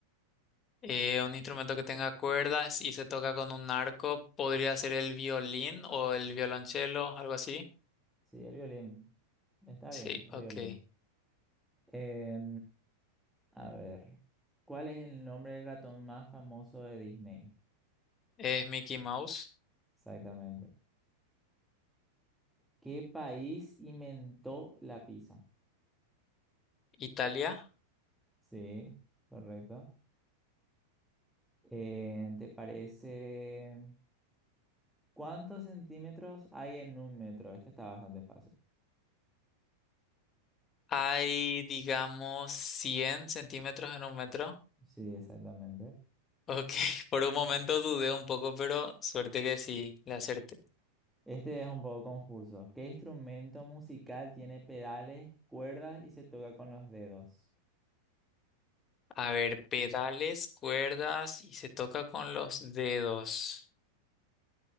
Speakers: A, on the left; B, in the centre.
A: Eh, un instrumento que tenga cuerdas y se toca con un arco, podría ser el violín o el violonchelo, algo así.
B: Sí, el violín. Está
A: Sí,
B: bien, el
A: ok.
B: violín. Eh, a ver, ¿cuál es el nombre del ratón más famoso de Disney?
A: es Mickey Mouse,
B: Exactamente. ¿Qué país inventó la pizza?
A: Italia.
B: Sí, correcto. Eh, ¿te parece? ¿Cuántos centímetros hay en un metro? Este está bastante fácil.
A: Hay, digamos, 100 centímetros en un metro.
B: Sí, exactamente.
A: Ok, <laughs> por un momento
B: <laughs>
A: dudé un poco, pero suerte que sí, le acerté.
B: Este es un poco confuso. ¿Qué instrumento musical tiene pedales, cuerdas y se toca con los dedos?
A: A ver, pedales, cuerdas y se toca con los dedos.